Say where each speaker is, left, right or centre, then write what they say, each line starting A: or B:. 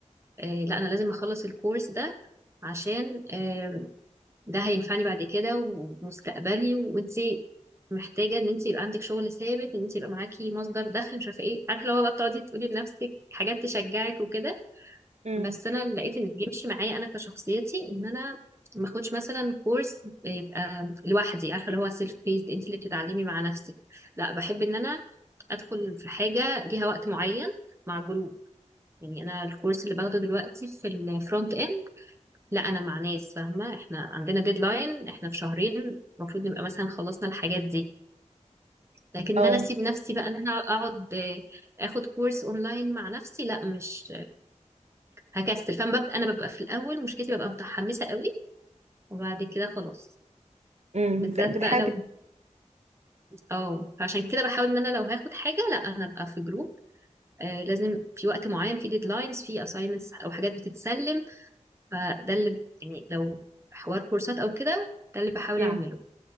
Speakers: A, on the right; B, on the right.
A: آه لا انا لازم اخلص الكورس ده عشان آه ده هينفعني بعد كده ومستقبلي وانت محتاجه ان انت يبقى عندك شغل ثابت ان انت يبقى معاكي مصدر دخل مش عارفه ايه عارفه لو بقى بتقعدي تقولي لنفسك حاجات تشجعك وكده
B: امم
A: بس انا اللي لقيت ان بيمشي معايا انا كشخصيتي ان انا ما اخدش مثلا كورس يبقى لوحدي عارفه اللي هو سيلف بيست انت اللي بتتعلمي مع نفسك لا بحب ان انا ادخل في حاجه ليها وقت معين مع جروب يعني انا الكورس اللي باخده دلوقتي في الفرونت اند لا انا مع ناس فاهمه احنا عندنا ديدلاين احنا في شهرين المفروض نبقى مثلا خلصنا الحاجات دي لكن
B: اه
A: ان انا اسيب نفسي بقى ان انا اقعد آه، اخد كورس اونلاين مع نفسي لا مش هكسل فانا ببقى انا ببقى في الاول مشكلتي ببقى متحمسه قوي وبعد كده خلاص
B: امم
A: بالذات
B: بتحاولي
A: بقى لو اه فعشان كده بحاول ان انا لو هاخد حاجه لا انا ابقى في جروب آه لازم في وقت معين في ديدلاينز في اساينمنتس او حاجات بتتسلم فده اللي يعني لو حوار كورسات او كده ده اللي بحاول
B: امم
A: اعمله